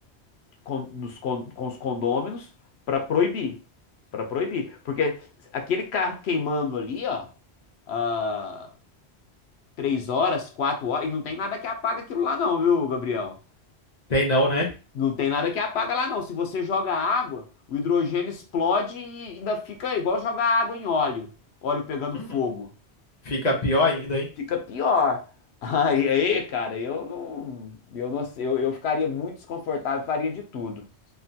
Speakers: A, on the left; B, on the left.
A: com, nos con- com os condôminos para proibir, para proibir, porque aquele carro queimando ali, ó, ah, três horas, quatro horas, e não tem nada que apaga aquilo lá não, viu, Gabriel?
B: Tem não, né?
A: Não tem nada que apaga lá não. Se você joga água, o hidrogênio explode e ainda fica igual jogar água em óleo, óleo pegando
B: Hum,
A: fogo.
B: fica pior ainda, hein?
A: Fica pior. <laughs> Aí, aí, cara, eu não, eu não sei, eu, eu ficaria muito desconfortável, faria de tudo.